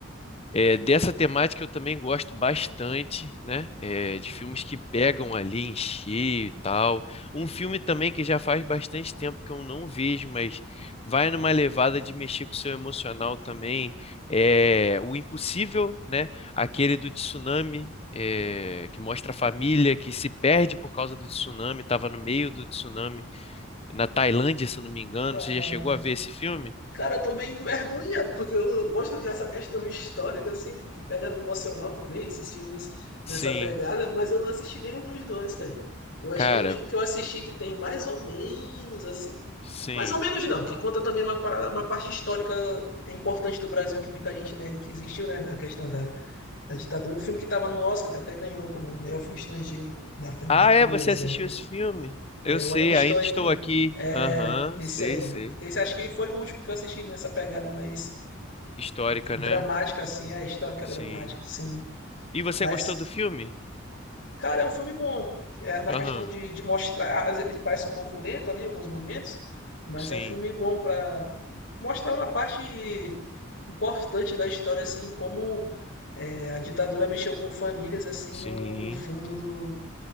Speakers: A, on the left (about 30°); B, on the left (about 65°).
A: É, dessa temática eu também gosto bastante, né? É, de filmes que pegam ali em cheio e tal. Um filme também que já faz bastante tempo que eu não vejo, mas vai numa levada de mexer com o seu emocional também. É O Impossível, né? Aquele do tsunami, é, que mostra a família que se perde por causa do tsunami, estava no meio do tsunami, na Tailândia, se eu não me engano.
B: cara.
A: Você já chegou a ver esse filme?
B: Cara, eu tô meio envergonhado, porque eu gosto dessa questão histórica, assim, que pega no emocional também, esses filmes
A: Sim,
B: nessa pegada, mas eu não assisti nenhum dos dois, cara. Eu acho
A: cara,
B: que o último que eu assisti que tem mais ou menos, assim.
A: sim.
B: Mais ou menos não, que conta também uma, parada- uma parte histórica importante do Brasil que muita gente nega que existiu, né? Na questão da, da ditadura. O filme que tava no Oscar, que até ganhou como melhor filme estrangeiro, da Fernanda
A: Ah,
B: Torres,
A: é? Você assistiu
B: é.
A: esse filme?
B: Eu
A: Eu sei,
B: ainda estou
A: ainda
B: aqui.
A: estou aqui.
B: É,
A: Aham,
B: esse
A: sei,
B: aí.
A: sei.
B: Esse acho que foi o último que eu assisti nessa pegada mais
A: Histórica,
B: dramática,
A: né?
B: assim, é histórica
A: Sim.
B: dramática, sim.
A: E você
B: Mas,
A: gostou do filme?
B: cara, é um filme bom. É, na
A: Aham,
B: questão de, de mostrar, às vezes ele parece um pouco lento ali em alguns momentos, mas
A: sim,
B: é um filme bom para mostrar uma parte importante da história, assim, como é, a ditadura mexeu com famílias, assim,
A: sim.
B: no, no fundo do,